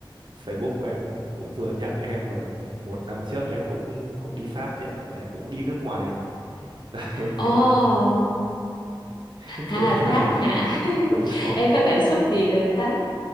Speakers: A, on the right; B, on the left.
A: Facebook của em cũng cũng vừa nhắc em là một năm trước em cũng cũng đi Pháp chị ạ đấy cũng đi nước ngoài <laughs> đấy thế
B: ồ
A: là <laughs> thế
B: à
A: nên
B: Pháp
A: là
B: hả <laughs>
A: đúng rồi
B: em có cảm xúc gì về Pháp